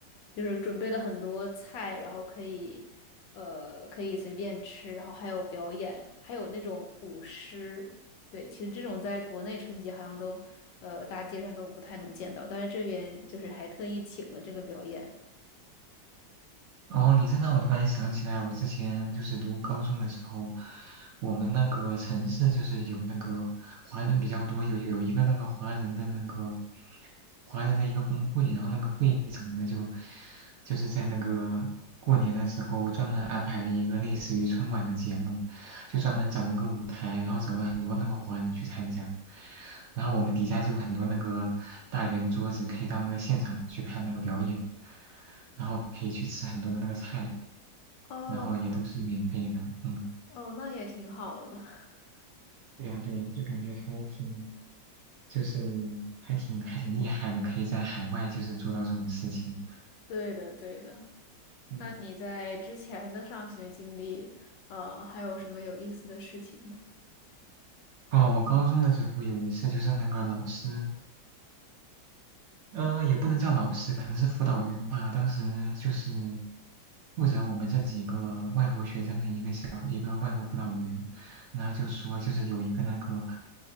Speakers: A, on the left; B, on the right.
A: 就是准备了很多菜，然后可以，呃，可以随便吃，然后还有表演，还有那种舞狮。对，其实这种在国内春节好像都，呃，大街上都不太能见到，但是这边就是还特意请了这个表演。
B: 哦，你这让我突然想起来，我之前就是读高中的时候，我们那个城市就是有那个华人比较多，有有一个那个华人的那个华人的一个工会，然后那个会长呢就就是在那个过年的时候专门安排了一个类似于春晚的节目，就专门找那个舞台，然后找了很多那个华人去参加。然后我们底下就有很多那个大圆桌子，可以到那个现场去看那个表演，然后可以去吃很多的那个菜，
A: 哦
B: 然后也都是免费的。嗯，
A: 哦，那也挺好的。<laughs>
B: 对呀对呀，就感觉还挺，就是还挺还挺厉害的，可以在海外就是做到这种事情。
A: 对的，对的。
B: 嗯，
A: 那你在之前的上学经历，呃，还有什么有意思的事情吗？
B: 哦，我高中的时候有一次就是那个老师。嗯、呃也不能叫老师，可能是辅导员吧。当时就是负责我们这几个外国学生的一个小一个外国辅导员，然后就说就是有一个那个